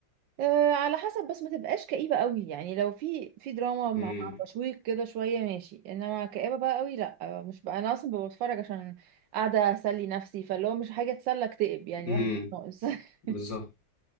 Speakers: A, on the right; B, on the left.
A: آه على حسب بس ما تبقاش كئيبة قوي يعني لو في في دراما مع
B: امم
A: مع تشويق كده شوية ماشي انما كئيبة بقى قوي لا آه، مش بقى انا اصلا ببقى بتفرج عشان قاعدة اسلي نفسي فاللي هو مش حاجة تسلى اكتئب يعني
B: امم
A: الواحد ناقص <laughs>
B: بالظبط